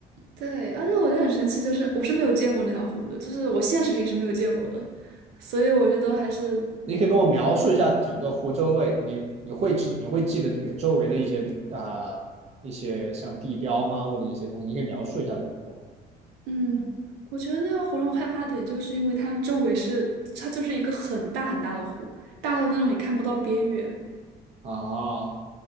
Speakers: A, on the right; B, on the right.
A: 对，而且我觉得很神奇，就是我是没有见过那条湖的，就是我现实里是没有见过的，所以我觉得还是
B: 你可以跟我描述一下整个湖周围，你你会知你会记得比如周围的一些啊、呃一些像地标吗，或者一些东西，你可以描述一下这个湖
A: 嗯，我觉得那条湖让我害怕的点，就是因为它周围是它就是一个很大很大的湖，大到那种你看不到边缘，
B: 啊